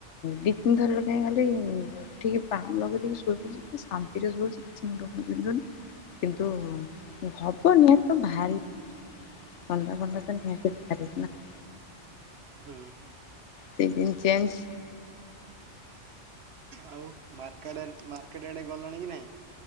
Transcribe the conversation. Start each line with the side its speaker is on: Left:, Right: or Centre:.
Left: ଦି ତିନି ଥର ଲଗେଇକି। ଠିକ୍ ବାମ୍ ଲଗେଇ ଦେଇକି ଶୋଇପଡୁଚୁ ଶାନ୍ତିରେ ଶୋଉଚି ମୁଣ୍ଡ ଫୁଣ୍ଡ ବିନ୍ଧୁନି। କିନ୍ତୁ ହବ ନିହାତିତ ଭାରି। <unintelligible>
Right: ହ୍ନୁ।
Left: ସିଜିନ୍ ଚେଞ୍ଜେ।
Right: ଆଉ। ମାର୍କେଟ ଆଡେ ଗଲଣି କି ନାଇଁ।